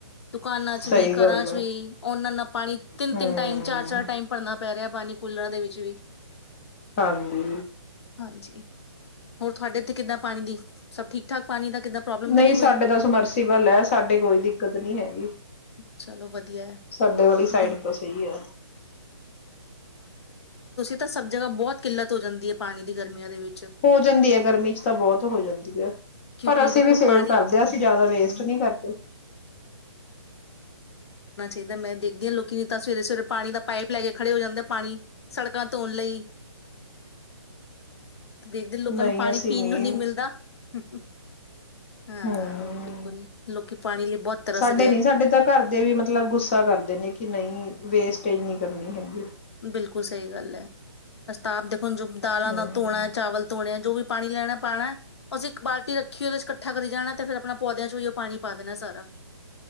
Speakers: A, on the left (about 65°); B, on the left (about 25°).
A: ਦੁਕਾਨਾਂ ਚ
B: ਸਹੀ
A: ਵੀ
B: ਗੱਲ
A: ਘਰਾਂ ਚ
B: ਆ
A: ਵੀ ਨਾ ਨਾਲ ਪਾਣੀ ਤਿੰਨ
B: ਹਮ।
A: ਤਿੰਨ ਟਾਈਮ ਚਾਰ ਚਾਰ ਟਾਈਮ ਭਰਨਾ ਪੈ ਕਰਿਆ ਪਾਣੀ ਕੂਲਰਾਂ ਦੇ ਵਿੱਚ ਵੀ।
B: ਹਾਂਜੀ
A: ਹਾਂਜੀ ਹੋਰ ਤੁਹਾਡੇ ਇੱਥੇ ਕਿੱਦਾਂ ਪਾਣੀ ਦੀ ਸਭ ਠੀਕ ਠਾਕ ਪਾਣੀ ਦਾ ਕਿੱਦਾਂ ਪ੍ਰੋਬਲਮ
B: ਨਹੀਂ
A: ਤਾਂ
B: ਸਾਡੇ
A: ਕੋਈ?
B: ਤਾਂ ਸਮਰਸੀਬਲ ਹੈ ਸਾਡੇ ਕੋਈ ਦਿੱਕਤ ਨੀ ਹੈਗੀ
A: ਚਲੋ ਵਧੀਆ ਐ,
B: ਸਾਡੇ ਵਾਲੀ ਸਾਈਡ
A: ਲੇਕਿਨ
B: ਤਾਂ ਸਹੀ ਹੈ
A: ਤ ਸਰਣ ਜਗ੍ਹਾ ਬੌਤ ਕਿੱਲਤ ਹੋ ਜਾਂਦੀ ਏ। ਪਾਣੀ ਦੀ ਗਰਮੀਆਂ ਦੇ ਵਿੱ
B: ਹੋ ਜਾਂਦੀ ਐ ਗਰਮੀ ਚ ਤਾਂ ਬੌਤ ਹੋ ਜਾਂਦੀ ਐ,
A: ਕਿਉਂਕਿ
B: ਪਰ ਅਸੀਂ
A: ਦੇਖੋ
B: ਵੀ
A: ਪਾਣੀ
B: ਸੇਵ ਕਰਦੇ ਆਂ ਅਸੀਂ ਜੈਦਾ ਵੇਸਟ ਨੀ ਕਰਦੇ।
A: ਏਧਰ ਮੈਂ ਦੇਖਦੀ ਆ ਲੋਕ ਕਿ ਤਾਂ ਸਵੇਰੇ ਸਵੇਰੇ ਪਾਣੀ ਦਾ ਪਾਈਪ ਲੈ ਕੇ ਖੜੇ ਹੋ ਜਾਂਦੇ ਆ ਪਾਣੀ ਸੜਕਾਂ ਧੋਣ ਲਈ। ਦੇਖਦੇ ਲੋਕਾਂ
B: ਨਹੀਂ
A: ਨੂੰ ਪਾਣੀ
B: ਅਸੀਂ
A: ਪੀਣ
B: ਨਹੀਂ
A: ਨੂੰ ਨੀ ਮਿਲਦਾ। <unintelligible> ਹਾਂ
B: ਹੂੰ,
A: ਬਿਲਕੁਲ ਲੋਕੀ ਪਾਣੀ ਲਈ ਬਹੁਤ ਤਰਸ
B: ਸਾਡੇ
A: ਰਹੇ
B: ਨੀ ਸਾਡੇ ਤਾਂ ਘਰ ਦੇ ਵੀ ਮਤਲਬ ਗੁੱਸਾ ਕਰਦੇ ਨੇ ਕਿ ਨਹੀਂ ਵੇਸਟ ਟੇਜ ਨ੍ਹੀਂ ਕਰਨੀ ਹੈਗੀ।
A: ਬਿਲਕੁਲ ਸਹੀ ਗੱਲ ਐ, ਏਸੀ ਤਾਂ ਆਪ ਦੇਖ ਹੁਣ ਜੋ ਦਾਲਾਂ
B: ਹਮ
A: ਨਾਲ ਧੋਣੈ ਚਾਵਲ ਧੋਣੇ ਐ ਜੋ ਵੀ ਪਾਣੀ ਲੈਣਾ ਪਾਣੈ ਅਸੀਂ ਇੱਕ ਬਾਲਟੀ ਰੱਖੀ ਔਦੇ ਚ ਕੱਠਾ ਕਰੀ ਜਾਣੈ ਤੇ ਫੇਰ ਅਪਣਾ ਪੌਦਿਆਂ ਚੋਂ ਔਈਔ ਪਾਣੀ ਪਾ ਦੇਣਾ ਸਾਰਾ